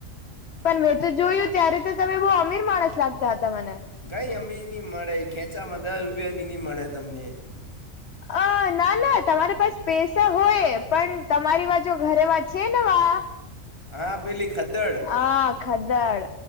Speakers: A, on the left (about 55°); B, on the left (about 20°).
A: પણ મેં તો જોયું ત્યારે, તો તમે બહુ અમીર માણસ લાગતા હતા મને.
B: કઈ અમી નહીં મળે. ખેંચામાં દસ રૂપિયા બી નહીં મળે તમને. <inaudible> <inaudible>
A: અ ના ના, તમારી પાસે પૈસા હોય, પણ તમારી પાસે ઘરે વંચાય લેવા.
B: હા યર પેલી ખદ્દડ
A: હા, ખદળ.